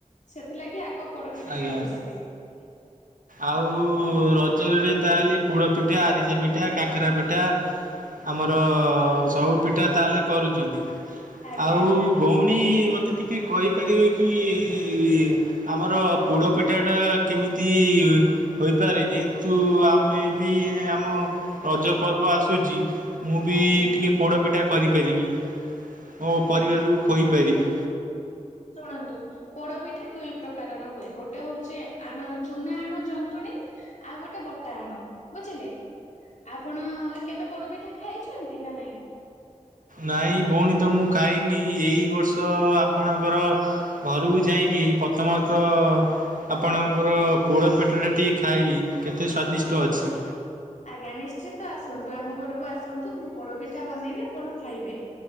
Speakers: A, on the left (about 65°); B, on the right (about 85°).
A: ସେଥିଲାଗି ଆଗ ପୋଡପିଠା
B: ଆଜ୍ଞା
A: କରିଦେବି
B: ଆଉ ର ରଜରେ ତାହେଲେ ପୋଡ଼ ପିଠା ଆରିସା ପିଠା କାକରା ପିଠା ଆମର ସବୁ ପିଠା ତାହେଲେ କରୁଛନ୍ତି।
A: ଆଜ୍ଞା
B: ଆଉ ଭଉଣୀ ମତେ ଟି କିଏ କହିପାରିବେ କି କି ଆମର ପୋଡ଼ ପିଠାଟା କେମିତି ହୋଇପାରେ ଯେହେତୁ ଆମେ ବି ଆମ ରଜ ପର୍ବ ଆସୁଛି। ମୁଁ ବି
A: ଆଜ୍ଞା
B: ଟିକେ ପୋଡ଼ପିଠା କରି କରିପାରିବି। ଓ
A: ଓହୋ
B: ପରିବାରରୁ ଖୋଇ ଫେରିବି।
A: ଶୁଣନ୍ତୁ ପୋଡପିଠା ଦୁଇ ପ୍ରକାରର ହୁଏ ଗୋଟେ ହଉଛି ଆଣ ଚୁନା ଆଣ ଜନ୍ତୁଣୀ ଆଉ ଗୋଟେ ବତା ଆଣ ବୁଝିଲେ। ଆପଣ କେବେ ପୋଡପିଠା ଖାଇଛନ୍ତି ନା ନାଇଁ?
B: ନାଇଁ ଭଉଣୀ ତ ମୁଁ ଖାଇନି ଏଇ ବର୍ଷ ଆପଣଙ୍କର ଘର ଘରକୁ ଯାଇକି ପ୍ରଥମତଃ ଆପଣଙ୍କର ପୋଡ ପିଠାଟା ଟିକେ ଖାଇବି। କେତେ ସ୍ଵାଦିଷ୍ଟ
A: ଆଜ୍ଞା।
B: ଅଛି
A: ଆଜ୍ଞା ନିଶ୍ଚିନ୍ତ ଆସ ନ୍ତୁ ଆମ ଘରକୁ ଆସ ଆସନ୍ତୁ ମୁଁ ପୋଡପିଠା ବନେଇବେ ଆପଣ ଖାଇବେ